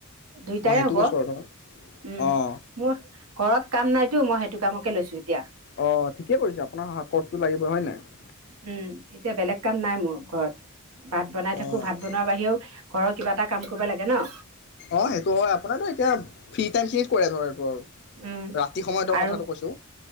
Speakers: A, on the right (about 85°); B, on the left (about 50°).
A: দুইটাৰে
B: মই সেইটো
A: হ'ব।
B: কৈছোঁ আৰু ধৰ
A: উম,
B: অঁ
A: মোৰ ঘৰত কাম নাইতো মই সেইটো কামকে লৈছো এতিয়া
B: অঁ ঠিকে কৰিছে আপোনাৰ হাত খৰচটো লাগিব হয় নাই
A: উম এতিয়া বেলেক কাম নাই মোৰ ঘৰত ভাত বনাই
B: অঁ
A: থাকো ভাত বনোৱাৰ বাহিৰেও ঘৰত কিবা এটা কাম কৰিব লাগে ন
B: অ সেইটো হয় আপোনাৰটো এতিয়া ফ্ৰী টাই খিনিত কৰে ধৰ এইটো আৰু
A: উম
B: ৰাতি সময়তৰ
A: আৰু
B: কথাটো কৈছোঁ